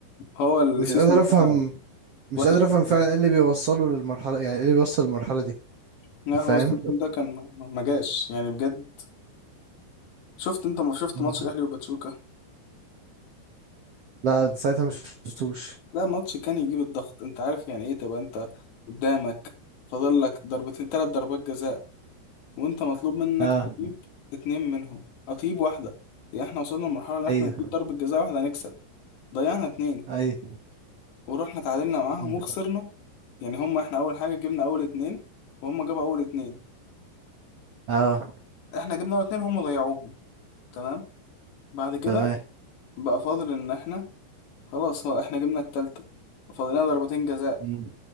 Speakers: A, on the left (about 70°); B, on the right (about 65°).
A: هو السيزون
B: مش قادر افهم
A: ده
B: مش
A: وحش
B: قادر
A: جدا
B: افهم فعلا ايه اللي بيوصله للمرحله يعني ايه اللي بيوصل للمرحله دي
A: لا
B: فاهم
A: هو السيزون ده كان ما ما- ما جاش يعني بجد شفت انت ما شفت
B: مم.
A: ماتش الاهلي وباتشوكا
B: لا ساعتها مش شفتوش
A: ده ماتش كان يجيب الضغط انت عارف يعني ايه تبقى انت قدامك فاضل لك ضربتين ثلاث ضربات جزاء وانت مطلوب منك
B: اه
A: تجيب اتنين منهم او تجيب واحده يعني احنا وصلنا لمرحله ان احنا
B: ايوه
A: نجيب ضربه جزاء واحده هنكسب ضيعنا اتنين
B: ايوه
A: ورحنا تعادلنا معاهم
B: مم.
A: وخسرنا يعني هم احنا اول حاجه جبنا اول اتنين وهم جابوا اول اتنين
B: اه
A: احنا جبنا اول اتنين هم ضيعوهم تمام بعد كده
B: تمام
A: بقى فاضل ان احنا خلاص هو احنا جبنا التالتة فاضلنا ضربتين جزاء
B: مم.